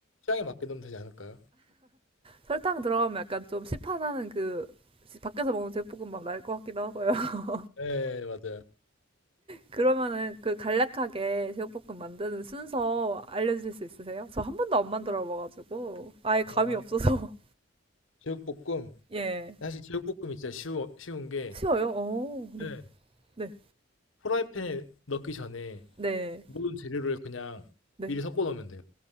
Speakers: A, on the left; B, on the right.
A: 취향에 맞게 넣으면 되지 않을까요?
B: 설탕 들어가면 약간 좀 시판하는 그 시- 밖에서 먹는 제육볶음밥 날 것 같기도 하고요. <laughs>
A: 네, 맞아요.
B: 그러면은 그 간략하게 제육볶음 만드는 순서 알려주실 수 있으세요? 저 한 번도 안 만들어 봐가지고 아예 감이
A: 어,
B: 없어서 <laughs>
A: 제육볶음.
B: 예
A: 사실 제육볶음이 진짜 쉬워, 쉬운 게
B: 쉬워요. 오, 네,
A: 네.
B: 네.
A: 프라이팬에 넣기 전에
B: 네.
A: 모든 재료를 그냥
B: 네.
A: 미리 섞어 놓으면 돼요.